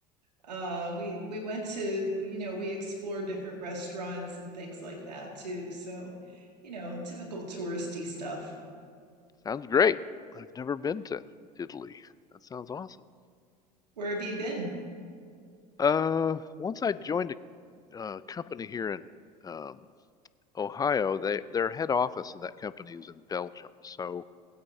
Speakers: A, on the right (about 85°); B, on the left (about 20°).
A: uh we we went to you know we explored different restaurants and things like that too so you know typical touristy stuff
B: Sounds great. I've never been to Italy. That sounds awesome.
A: where have you been
B: Uh, once I joined a uh, company here in um, Ohio, they their head office of that company is in Belgium. So